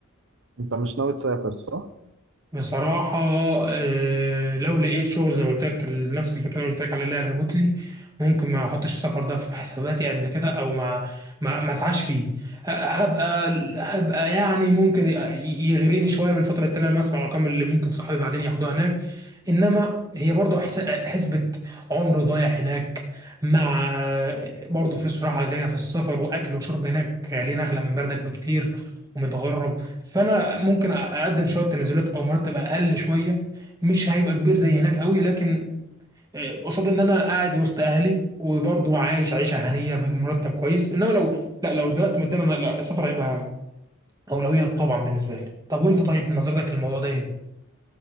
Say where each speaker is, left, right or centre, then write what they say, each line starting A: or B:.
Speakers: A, on the right; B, on the right.
A: أنت مش ناوي تسافر صح؟
B: بصراحة آه، لو لقيت شغل زي ما قلت لك ال- نفس الفكرة اللي قلت لك عليها اللي هي ريموتلي ممكن ما احطش السفر ده في حساباتي قد كده او ما ما ما اسعاش فيه ه- هبقى هبقى يعني ممكن ي- يغريني شوية من فترة التانية لما اسمع الارقام اللي ممكن صحابي بعدين ياخدوها هناك انما هي برضه حس- حسبة عمر ضايع هناك مع برضه فلوس رايحة جاية في السفر واكل وشرب هناك غاليين اغلى من بلدك بكتير ومتغرب فانا ممكن اقدم شويه تنازلات او مرتب اقل شويه مش هيبقى كبير زي هناك قوي لكن آه، قصاد ان انا قاعد وسط اهلي وبرضه عايش عيشه هنيه بمرتب كويس انما لو لا لو اتزنقت ماديا انا لا السفر هيبقى اولويه طبعا بالنسبه لي طب وانت طيب نظرتك للموضوع ده ايه